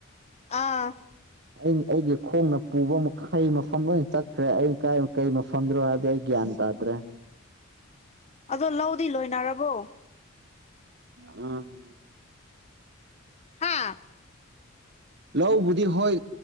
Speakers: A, on the left; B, on the right.
A: ꯑꯥ
B: ꯑꯩ ꯑꯩꯒꯤ ꯈꯣꯡꯅ ꯄꯨꯕꯥ ꯃꯈꯩ ꯃꯐꯝ ꯂꯣꯏ ꯆꯠꯈ꯭ꯔꯦ ꯑꯩ ꯀꯥꯏ ꯀꯔꯤ ꯃꯐꯝꯗꯅꫭ ꯍꯥꯏꯕꯗꯤ ꯑꯩ ꯒ꯭ꯌꯥꯟ ꯇꯥꯗ꯭ꯔꯦ
A: ꯑꯗꯣ ꯂꯧꯗꯤ ꯂꯣꯏꯅꯔꯕꯣ
B: ꯑꯥ
A: ꯍꯥꯥ
B: ꯂꯧꯕꯨꯗꯤ ꯍꯣꯏ